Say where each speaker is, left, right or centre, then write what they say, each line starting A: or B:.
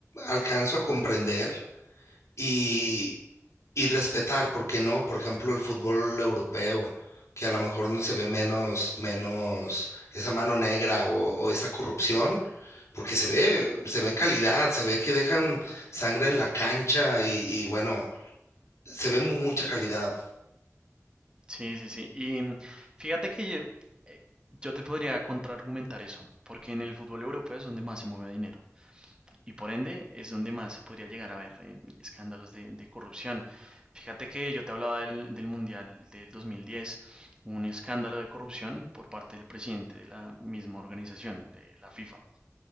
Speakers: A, on the left; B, on the right.
A: alcanzo a comprender y, Y respetar, ¿por qué no? Por ejemplo, el fútbol europeo, que a lo mejor no se ve menos, menos esa mano negra o, o esa corrupción, porque se ve, se ve en calidad, se ve que dejan sangre en la cancha y, y bueno, se ve mu- mucha calidad.
B: Sí, sí, sí. Y mm, fíjate que yo, eh, yo te podría contraargumentar eso, porque en el fútbol europeo es donde más se mueve dinero. Y por ende es donde más se podría llegar a ver eh, escándalos de, de corrupción. Fíjate que yo te hablaba del, del Mundial del 2010, un escándalo de corrupción por parte del presidente de la misma organización, de la FIFA.